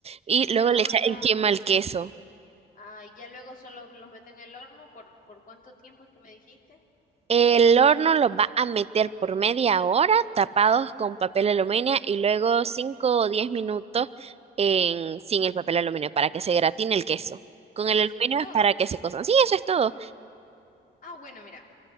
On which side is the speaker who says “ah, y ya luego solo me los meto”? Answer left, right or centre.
Left